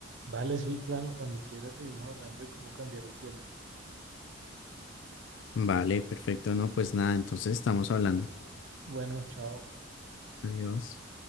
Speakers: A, on the right (about 75°); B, on the left (about 70°).
A: vale, sí, claro, cuando quieras seguimos hablando de cómo cambiar el tiempo.
B: Vale, perfecto. No, pues nada, entonces estamos hablando.
A: Bueno, chao.
B: Adiós.